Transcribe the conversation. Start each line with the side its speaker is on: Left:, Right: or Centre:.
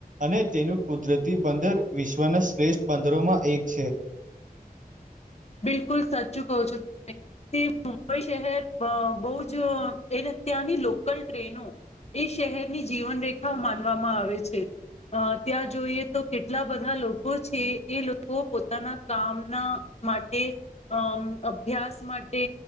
Right: અને તેનું કુદરતી બંદર વિશ્વના શ્રેષ્ઠ બંદરોમાં એક છે.
Left: બિલકુલ સાચું કો છો તે મુંબઈ શહેર બહુ જ એને અત્યારની લોકલ ટ્રેનો એ શહેરની જીવન રેખાઓ માનવામાં આવે છે. અ ત્યાં જોઈએ તો કેટલા બધા લોકો છે એ લોકો પોતાના કામના માટે અમ અભ્યાસ માટે